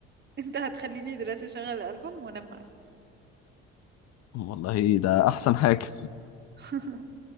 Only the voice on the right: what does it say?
انت هتخليني دلوقتي اشغل الالبوم وانام معاك
<laughs>